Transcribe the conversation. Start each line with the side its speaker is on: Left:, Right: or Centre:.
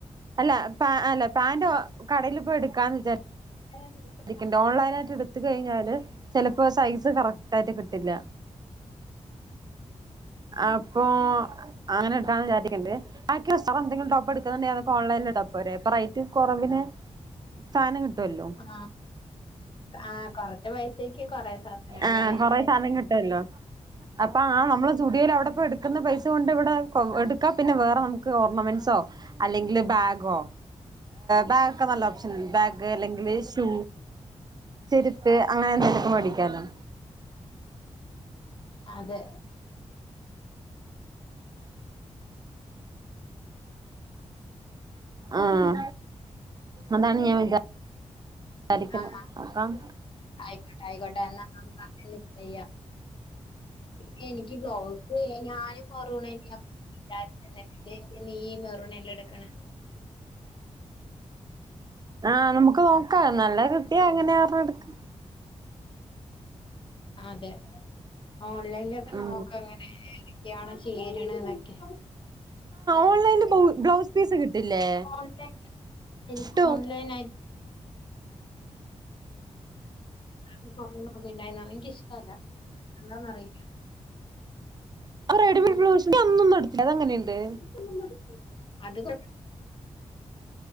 Right: അല്ല അല്ല പാന്റ് കടയില് പോയി എടുക്കാന്ന് വിചാ -
Left: ഏത് <unintelligible>
Right: രിക്കണ്ട് ഓൺലൈനായിട്ട് ഇട്ത്ത് കഴിഞ്ഞാല് ചെലപ്പോ സൈസ് കറക്റ്റ് ആയിട്ട് കിട്ടില്ല അപ്പൊ അങ്ങനെ എടുകാന്ന് വിചാരിക്ക്ണ്ട് അൻക് എസ്സറ എന്തെങ്കിലും ടോപ് എടുക്കുന്നുണ്ടെ അതൊക്കെ ഓൺ ലൈനില്ടത പോരെ അപ്പ റൈറ്റ് കൊറവിന് സാനം കിട്ടുവല്ലോ
Left: ആഹ് ആഹ് കൊറച്ച് പൈസക്ക് കൊറേ സാധനം അങ്ങനെല്ലേ
Right: ആഹ കൊറെ സാനം കിട്ടുവല്ലോ അപ്പൊ ആഹ നമ്മള് സ്റ്റുഡിയോയിൽ അവ്ടെ പോയി എടുക്കുന്ന പൈസ കൊണ്ട് ഇവിടെ എടുക്ക പിന്നെ വേറെ നമുക്ക് ഓർണമെൻസോ അല്ലെങ്കില് ബാഗോ ബാഗൊക്കെ നല്ല ഓപ്ഷൻണ്ട് ബാ- ഗ് അല്ലെങ്കില് ഷൂ ചെരുപ്പ് അങ്ങനെ എന്തെങ്കിലുക്കെ മേടിക്കാലോ
Left: അതെ
Right: ആഹ് അതാണ് ഞാൻ മിണ്ടാ രിക്കുന്നത്
Left: ആഹ്
Right: അപ്പം
Left: ആയിക്കോട്ടെ ആയിക്കോട്ടെ എന്നാ നമ്മുക്കങ്ങനെ ചെയ്യാം ഇപ്പേ എനിക്ക് ബ്ലൗസ്സ് എ ഞാനും മെറൂണന്നയാ വിചാരിച്ചന്നെ <unintelligible> ഈ മെറൂണല്ലെ എടുക്കണേ
Right: ആഹ നമുക്ക് നോക്കാം നല്ല കിട്ടിയാ അങ്ങനെ ഒരെണ്ണം എടുക്ക
Left: അതെ ഓൺലൈൻനിലൊക്കെ ഒന്ന്
Right: ഉം
Left: നോക്ക് എങ്ങനെയിരിക്കാണ് ചേര്ണെന്നക്കെ
Right: ഓൺലൈനില് ബൗ ബ്ലൗസ് പീസ് കിട്ടില്ലേ
Left: ഓൺലൈൻ എനിക്ക്
Right: ട്ടോ
Left: ഓൺലൈൻ <inaudible> എനിക്കിഷ്ടല്ല എന്താന്നറിയില്ല
Right: റെഡിമെയ്ഡ് ബ്ലൗസ് യ് അന്നൊന്നെടുത്തിലെ അതെങ്ങനെയ്ണ്ട്
Left: <inaudible> അത് <inaudible>